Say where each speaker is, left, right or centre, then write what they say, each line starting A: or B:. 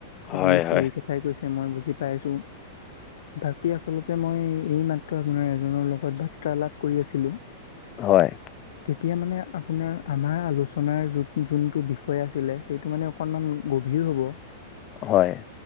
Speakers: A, on the left; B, on the left.
A: আপুনি
B: হয় হয়
A: সেই কথাই কৈছে। মই বুজি পাইছো। বাকী আচলতে মই এই মাত ত আপোনাৰ এজনৰ লগত বাৰ্তা লাপ কৰি আছিলো।
B: হয়
A: তেতিয়া মানে আপোনাৰ আমাৰ আলোচনাৰ যত, যোনটো বিষয় আছিলে সেইটো মানে অকনমান গভীৰ হ'ব।
B: হয়।